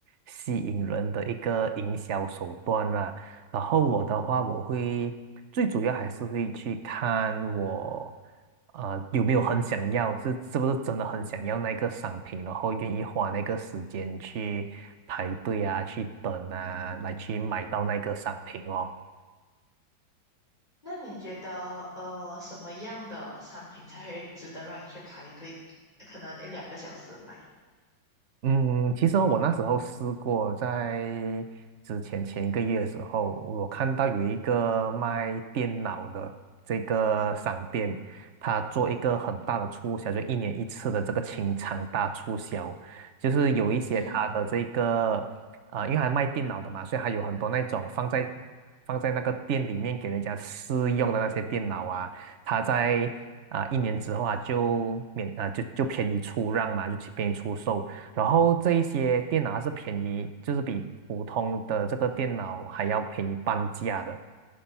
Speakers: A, on the right; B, on the left.
A: 吸引人的一个营销手段啦。然后我的话，我会最主要还是会去看我呃有没有很想要，是是不是真的很想要那个商品，然后愿意花那个时间去排队啊，去等啊，来去买到那个商品哦。
B: 那你觉得呃什么样的商品才会值得让你去排队，可能一两个小时买？
A: 嗯，其实哦我那时候试过，在之前前一个月的时候，我看到有一个卖电脑的这个商店，他做一个很大的促销，就一年一次的这个清仓大促销，就是有一些他的这个呃，
B: 嗯。
A: 因为还卖电脑的嘛，所以还有很多那种放在放在那个店里面给人家试用的那些电脑啊，他在啊、一年之后啊就免啊就就便宜出让嘛，就便宜出售。然后这一些电脑还是便宜，就是比普通的这个电脑还要便宜半价的。